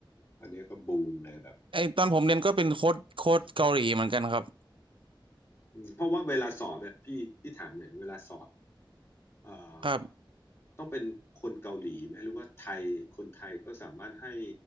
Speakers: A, on the left; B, on the right.
A: อันเนี้ยก็บูมเลยแบบ
B: ไอตอนผมเรียนก็เป็นโค้ชโค้ชเกาหลีเหมือนกันครับ
A: อืมเพราะว่าเวลาสอบแบบพี่พี่ถามหน่อยนะเวลาสอบเอ่อ
B: ครับ
A: ต้องเป็นคนเกาหลีไหมหรือว่าไทยคนไทยก็สามารถให้